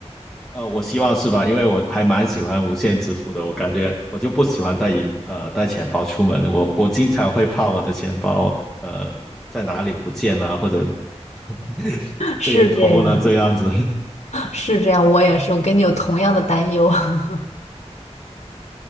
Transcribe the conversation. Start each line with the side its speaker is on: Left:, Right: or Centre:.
Centre: 呃，我希望是吧？因为我还蛮喜欢无线支付的，我感觉我就不喜欢带银呃带钱包出门，我我经常会怕我的钱包呃在哪里不见了，或者 <laughs>
Left: <laughs> 是这样，
Centre: 被人偷了这样子。
Left: 是这样。我也是，我跟你有同样的担忧。<laughs>